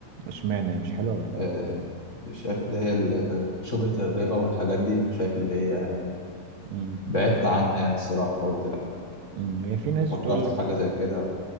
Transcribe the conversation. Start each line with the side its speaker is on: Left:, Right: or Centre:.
Right: اشمعنى هي مش حلوة ولا
Left: آه، شايف اللي هي ال- آه، شبهة الربا والحاجات دي شايف اللي هي
Right: امم
Left: بعدت عنها يعني الصراحة فقلت لا
Right: امم هي في ناس
Left: فكرت
Right: بتقول لك
Left: في حاجة زي كده